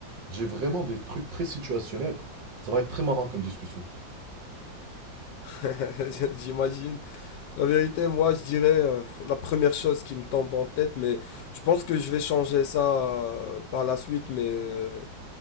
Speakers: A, on the right; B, on the left.
A: j'ai vraiment des trucs très situationnels. Ça va être très marrant comme discussion.
B: <laughs> J'imagine. La vérité, moi, je dirais euh, la première chose qui me tombe en tête, mais je pense que je vais changer ça euh, par la suite. Mais euh,